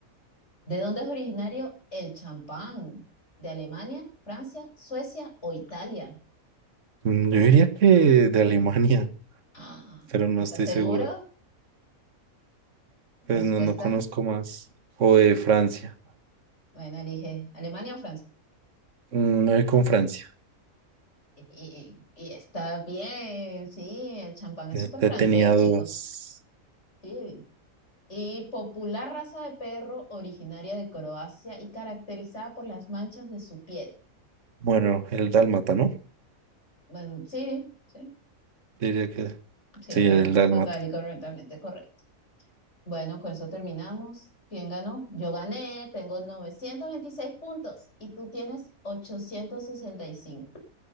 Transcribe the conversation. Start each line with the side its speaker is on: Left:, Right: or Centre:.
Left: ¿De dónde es originario el champán? ¿De Alemania, Francia, Suecia o Italia?
Right: mm, yo diría que de Alemania,
Left: Ah,
Right: pero no
Left: ¿estás
Right: estoy
Left: seguro?
Right: seguro.
Left: Respuesta.
Right: Pues no, no conozco más. O de Francia.
Left: Bueno, elige Alemania o Francia.
Right: Mm, Me voy con Francia.
Left: Y, y- y está bien, sí, el champán es
Right: Eh,
Left: súper
Right: te-
Left: francés,
Right: Tenía
Left: chico.
Right: dudas.
Left: Sí. Y popular raza de perro originaria de Croacia y caracterizada por las manchas de su piel.
Right: Bueno, el dálmata, ¿no?
Left: Bueno, sí, sí,
Right: Diría que
Left: sí,
Right: sí, el dálmata.
Left: total y correctamente correcto. Bueno, con eso terminamos. ¿Quién ganó? Yo gané, tengo 926 puntos y tú tienes 865.